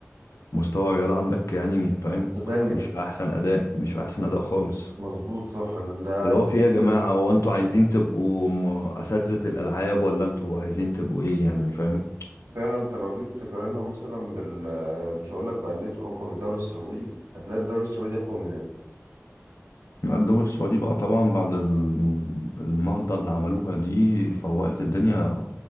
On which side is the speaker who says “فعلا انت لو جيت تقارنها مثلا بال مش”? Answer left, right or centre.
Right